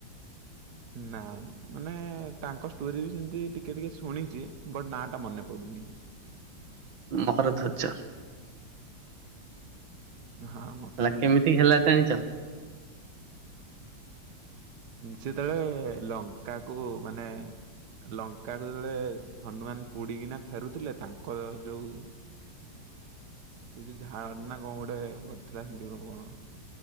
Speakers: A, on the right; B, on the right.
A: ନା ମାନେ ତାଙ୍କ ଷ୍ଟୋରି ବି ସେମତି ଟିକ୍ ଟିକେ ଟିକେ ଶୁଣିଛି ବଟ୍ ନାଁ ଟା ମନେ ପଡୁନି।
B: ମକରଧୋର୍ଜ।
A: ହଁ ମକର
B: ହେଲା କେମିତି
A: ଗଜା
B: ହେଲା ଜାଣିଚ?
A: ସେତେବେଳେ ଲଙ୍କା କୁ ମାନେ ଲଙ୍କା କୁ ଯେତେବେଳେ ହନୁମାନ ପୋଡିକିନା ଫେରୁଥିଲେ ତାଙ୍କ୍ କର ଯୋଉ ସେ ଯେଉ ଝାଳଟ ନା କଣ ଗୋଟେ ପଡ଼ିଥିଲା ସେମିତି ଗୋଟେ କଣ।